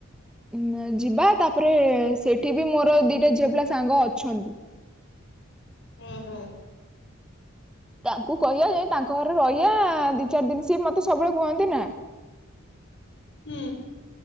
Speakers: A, in the centre; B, on the left.
A: ଉ ଯିବା ତାପରେ ସେଠି ବି ମୋର ଦିଟା ଝିଅ ପିଲା ସାଙ୍ଗ ଅଛନ୍ତି।
B: ହୁଁ ହୁଁ।
A: ତାଙ୍କୁ କହିବା ଯାଇ ତାଙ୍କ ଘରେ ରହିବା ଦି ଚାରି ଦିନ ସିଏ ମତେ ସବୁବେଳେ କୁହନ୍ତି ନା
B: ହୁଁ।